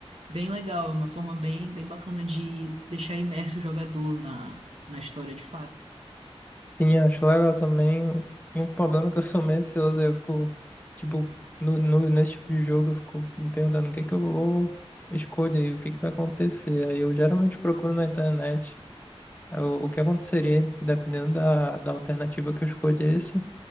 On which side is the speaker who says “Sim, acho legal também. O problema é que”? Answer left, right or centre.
Left